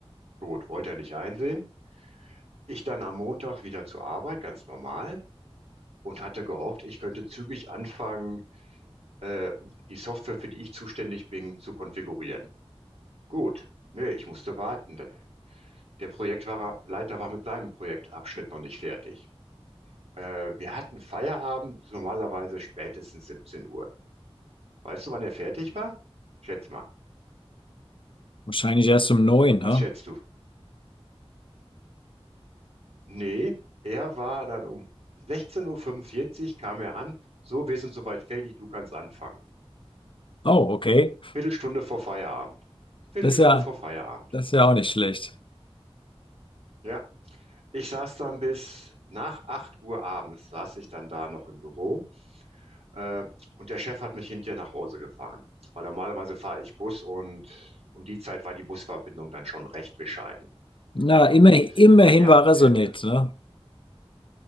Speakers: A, on the right (about 80°); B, on the left (about 55°).
A: Gut, wollte er nicht einsehen. ich dann am Montag wieder zur Arbeit, ganz normal, und hatte gehofft, ich könnte zügig anfangen, äh, die Software, für die ich zuständig bin, zu konfigurieren. Gut, nee, ich musste warten. Der Projektleiter war mit seinem Projektabschnitt noch nicht fertig. Äh, wir hatten Feierabend, normalerweise spätestens 17 Uhr. Weißt du, wann er fertig war? Schätz mal.
B: Wahrscheinlich erst um neun,
A: Was
B: hä?
A: schätzt du? Nee, er war dann um 16.45 Uhr fünfundvierzig kam er an. So, wir sind soweit fertig, du kannst anfangen.
B: Oh, okay.
A: Viertelstunde vor Feierabend. Viertelstunde
B: Das ist ja,
A: vor Feierabend.
B: das ist ja auch nicht schlecht.
A: Ja, ich saß dann bis nach 8 Uhr abends, saß ich dann da noch im Büro äh, und der Chef hat mich hinterher nach Hause gefahren, weil normalerweise fahre ich Bus und um die Zeit war die Busverbindung dann schon recht bescheiden.
B: Na,
A: Und
B: immer, immerhin
A: er,
B: war er
A: der,
B: so nett, ne?